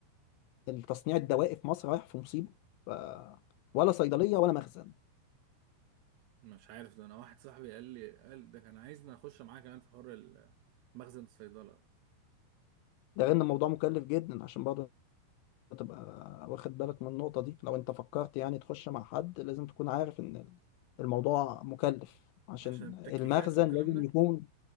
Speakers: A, on the left; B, on the right.
A: التصنيع الدوائي في مصر رايح في مصيبة ف ولا صيدلية ولا مخزن
B: مش عارف ده انا واحد صاحبي قال لي قال ده كان عايزني اخش معاه كمان في حوار ال- مخزن الصيدله
A: ده غير إن الموضوع مكلف جدا عشان برضه تبقى واخد بالك من النقطة دي لو انت فكرت يعني تخش مع حد لازم تكون عارف ان الموضوع مكلف عشان
B: عشان التكييفات
A: المخزن
B: والكلام
A: لازم
B: ده
A: يكون